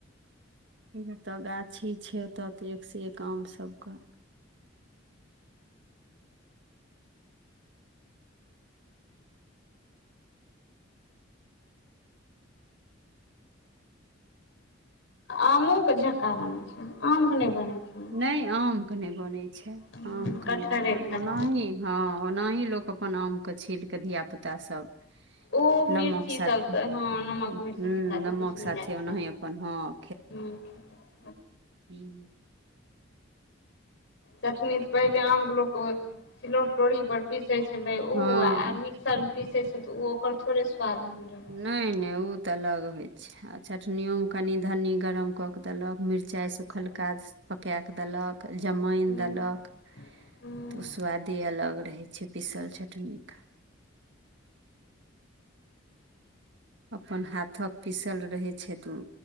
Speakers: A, on the right; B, on the left.
A: जतऽ गाछी छय ओत ते एक से एक आम सब के
B: आमोके झक्का बनै छै आमके नइ बनै छै
A: नइ आम के नहि बनै छै
B: हूँ
A: आम के
B: कटहरे
A: नहि बनल
B: खाली
A: ओनाही हँ ओनाही लोक अपन आम के छीलकेऽ धिया पुता सब
B: ओ मिर्ची
A: नमक साथे
B: सब तऽ हँ नमक
A: हूँ
B: मिर्ची सब
A: नमक
B: किछ
A: साथे
B: मिल
A: ओनाही
B: कऽ
A: अपन हँ
B: ह
A: हूँ
B: चटनी तऽ पहिले आमके लोक सिलौ लोरही पर पिसै छलै उऽ
A: हँ
B: आ मिक्सर में पीसै छै तऽ ओकर थोड़े सु्वाद रहै छै
A: नइ नइ उ ते अलग होय छै आ चटनियओमे कनि धन्नी गरम कऽ कऽ देलक मिरचाइ सुखलका पकाए कऽ देलक जमाइन
B: हूँ
A: देलक
B: हूँ
A: तऽ ओ सआदे अलग रहै छय पिसल चटनीके अपन हाथक पिसल रहै छथि ओ